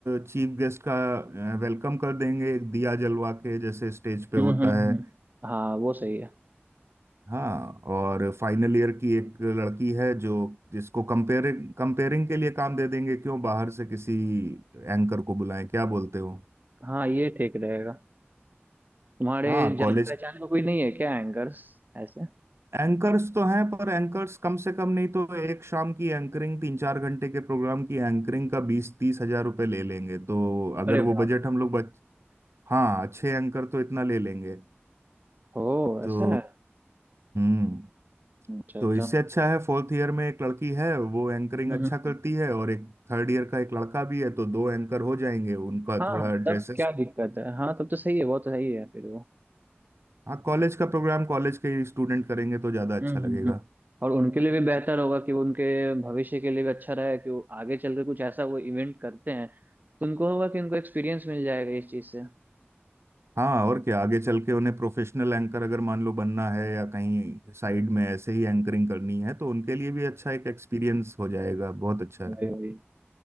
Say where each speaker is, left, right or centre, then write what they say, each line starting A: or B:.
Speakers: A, on the right (about 80°); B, on the right (about 45°).
A: चीफ गेस्ट का वेलकम कर देंगे एक दिया जलवा के जैसे स्टेज पे
B: हम्म
A: होता
B: हम्म,
A: है
B: हम्म। हाँ वो सही है
A: हाँ और फाइनल ईयर की एक लड़की है जो जिसको कंपेयरिंग कंपेयरिंग के लिए काम दे देंगे क्यों बाहर से किसी एंकर को बुलाएं क्या बोलते हो
B: हाँ ये ठीक रहेगा तुम्हारे
A: हाँ
B: जान
A: कॉलेज
B: पहचान का कोई नहीं है क्या एंकर्स ऐसे
A: एंकर्स तो हैं पर एंकर्स कम से कम नहीं तो एक शाम की एंकरिंग तीन चार घंटे के प्रोग्राम की एंकरिंग का बीस तीस हजार रुपये ले लेंगे तो अगर
B: अरे
A: वो
B: बाप
A: बजट हम लोग बच हाँ अच्छे एंकर तो इतना ले लेंगे
B: ओ
A: तो
B: ऐसा है
A: हम्म
B: अच्छा
A: तो
B: अच्छा
A: इससे
B: हम्म
A: अच्छा है फोर्थ ईयर में एक लड़की है वो एंकरिंग
B: हम्म,
A: अच्छा
B: हम्म।
A: करती है और एक थर्ड ईयर का एक लड़का भी है तो दो एंकर हो जाएंगे उनका
B: हाँ
A: थोड़ा ड्रेसेस
B: तब क्या दिक्कत है हाँ तब तो सही है वो तो सही है फिर वो
A: हाँ कॉलेज का प्रोग्राम कॉलेज के स्टूडेंट करेंगे तो ज्यादा अच्छा
B: हम्म
A: लगेगा
B: हम्म हम्म। और उनके लिए भी बेहतर होगा कि वो उनके भविष्य के लिए भी अच्छा रहे कि वो आगे चल के कुछ ऐसा वो इवेंट करते हैं तो उनको होगा कि उनको एक्सपीरियंस मिल जाएगा इस चीज़ से हम्म,
A: हाँ और क्या आगे चल के उन्हें प्रोफेशनल एंकर अगर मान लो बनना है या कहीं साइड में ऐसे ही एंकरिंग करनी है तो उनके लिए भी अच्छा एक एक्सपीरियंस हो जाएगा बहुत अच्छा है
B: वही वही